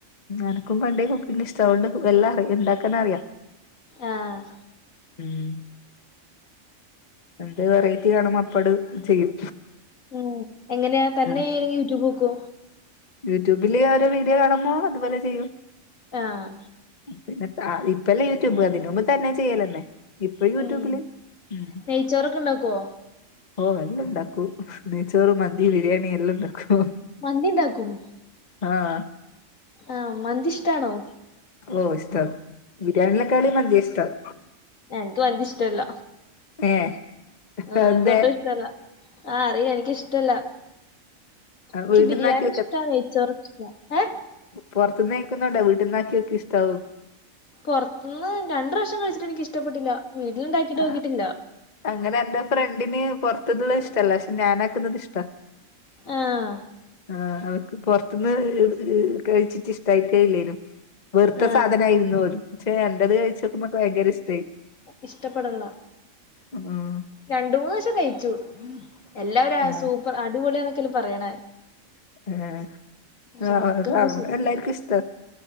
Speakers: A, on the left; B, on the left.
A: എനക്കും പണ്ടേ കുക്കിങ് ഇഷ്ട്ട <unintelligible> എല്ലാംഅറി ഇണ്ടാക്കാൻ അറിയാ
B: ആഹ്
A: ഉം എന്ത് വെറെറ്റി കാണുമ്പോ അപ്പട് ചെയ്യും.
B: ഉം. എങ്ങനെയാ തന്നെ
A: ആഹ്
B: <unintelligible> യൂട്യൂബ് നോക്കൊ
A: യൂട്യൂബില് ഞാൻ ഒരു വീഡിയോ കാണുമ്പോ അതുപോലെ ചെയ്യും.
B: ആഹ്
A: പിന്നെത്താ ഇപ്പല്ലേ യൂട്യൂബ് അതിനു മുമ്പ് തന്നെ ചെയ്യലന്നെ. ഇപ്പ യൂട്യൂബില്.
B: ഉം
A: ഉം.
B: നെയ്ച്ചോറൊക്കെ ഇണ്ടാക്കോ
A: ഓ എല്ലം ഉണ്ടാക്കൂ. നെയ്ച്ചോറ് മന്തി ബിരിയാണി എല്ലം ഉണ്ടാക്കും.
B: മന്തി ണ്ടാക്കും.
A: ആഹ്
B: ആ മന്തി ഇഷ്ടാണോ
A: ഓ ഇഷ്ടാണ് ബിരിയാണ്ലക്കാളി മന്തിയ ഇഷ്ടം
B: എൻക്ക് മന്തി ഇഷ്ടല്ല.
A: ഏഹ്
B: ആ
A: അതെന്തേ
B: എൻക്ക് ഒട്ടും ഇഷ്ടല്ല. ആ അറിയാം. എനിക്കിഷ്ടല്ല. ക്കി
A: വീട്ട്ന്നാക്കി
B: ബിരിയാണി ഇഷ്ടാ നെയ്ച്ചോറ് ഇഷ്ടാ ഏ
A: പൊർത്ത്ന്ന് കഴിക്കുന്ന കൊണ്ടാ വീട്ടിന്നാക്കിയോക്ക് ഇഷ്ടാവും.
B: പൊർത്ത്ന്ന് രണ്ടുപ്രാവശ്യം കഴിച്ചിട്ട് എനിക്ക് ഇഷ്ടപ്പെട്ടില്ല. വീട്ടില് ഇണ്ടാക്കിട്ട്
A: ആഹ്
B: നോക്കിട്ടില്ല.
A: അങ്ങനെ എന്റെ ഫ്രണ്ടിന് പൊർത്ത്ന്ന്ള്ള ഇഷ്ടല്ല. പക്ഷെ ഞാനാക്കുന്നത് ഇഷ്ടാ.
B: ആഹ്
A: ആ അവ പൊർത്ത്ന്ന് കഴിച്ചിട്ട് ഇഷ്ടായിട്ടെ ഇല്ലേനു. വെറുത്ത
B: ആഹ്
A: സാധനായിരുന്നു പോലും പക്ഷെ എന്റേത് കഴിച്ചപ്പം <unintelligible> ഭയങ്കര ഇഷ്ടായി.
B: ഇഷ്ടപ്പെട്ണ്ള്ള
A: ഉം.
B: രണ്ടു മൂന്ന് പ്രാവശ്യം കഴിച്ചു എല്ലാവരു
A: ആഹ്
B: സൂപ്പർ അടിപൊളിയാന്നൊക്കല്ലേ പറയണേ
A: ഉം
B: പക്ഷെ
A: ആ
B: നമുക്കങ്ങനെ
A: അതാകും
B: ശരിയാവുന്നില്ല
A: എല്ലാർക്കും ഇഷ്ടാ